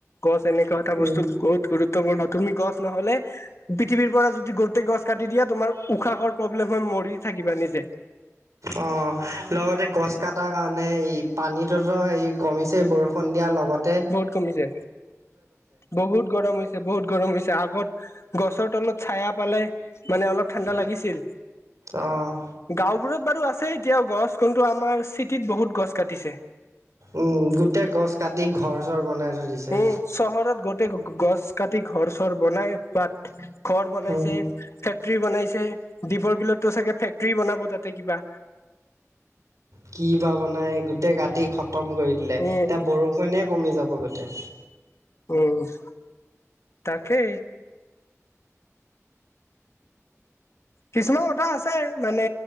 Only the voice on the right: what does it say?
উম
অ', লগতে গছ কাটাৰ কাৰণে হেই পানীটোতো হেৰি কমিছে বৰষুণ দিয়াৰ লগত।
অ'
উ, গোটেই গছ কাটি ঘৰ চৰ বনাই থৈ দিছে।
উম
কি বা বনাই, গোটেই কাটি খতম কৰি দিলে। এতিয়া
বৰষুণে কমি যাব গোটেই।